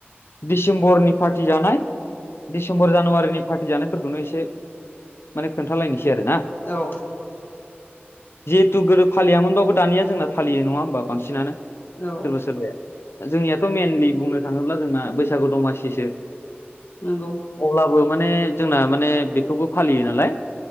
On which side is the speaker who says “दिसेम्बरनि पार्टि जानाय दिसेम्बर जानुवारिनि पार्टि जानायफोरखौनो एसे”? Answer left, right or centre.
Left